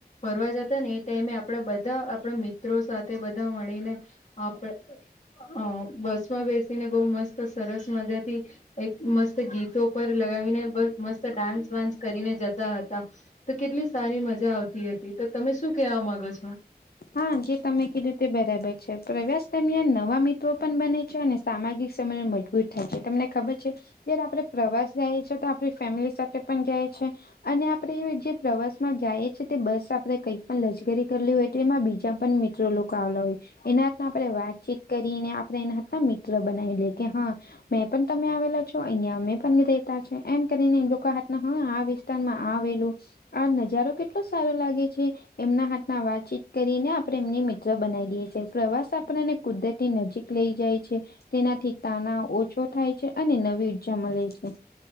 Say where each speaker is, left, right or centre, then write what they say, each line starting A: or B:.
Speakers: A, on the left; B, on the left.
A: ફરવા જતા ને એ ટાઈમે આપડા બધા આપણા મિત્રો સાથે બધા મળીને. આપ હ બસ માં બેસીને બહુ મસ્ત સરસ મજા થી, એક મસ્ત ગીત પર લગાવીને બ મસ્ત ડાન્સ વાન્સ કરીને જતા હતા, તો કેટલી સારી મજા આવતી હતી તો તમે શું કેવા માંગો છો.
B: હા જે તમે કીધું તે બરાબર છે પ્રવાસ દરમિયાન નવા મિત્રો પણ બને છે અને સામાજિક સમયને મજબૂત થાય છે તમને ખબર છે. જયારે આપડે પ્રવાસ જઈએ છીએ તો આપણી ફેમિલી સાથે પણ જાય છે. અને આપડે જે પ્રવાસમાં જઈએ છીએ તે બસ આપણે કંઈક પણ લજગરી કરલી હોય. તેમાં બીજા પણ મિત્રો લોકો આવલા હોય, એના આપણે વાતચીત કરી ને આપણે એના હતા મિત્ર બનાવી લેએ કે હા. મેં પણ તમે આવેલા છો અહિયાં અમે પણ રેતા એમ કરીને એમ લોકો હાથ ના હવે માં આવેલું, આ નજારો કેટલો સારો લાગે છે, એમના હાથ ના વાતચીત કરીને આપણે એમને મિત્ર બનાવી દઈએ છીએ પ્રવાસ આપણને કુદરતી નજીક લઈ જાય છે. તેનાથી તનાવ ઓછો થાય છે અને નવી ઉર્જા મળે છે.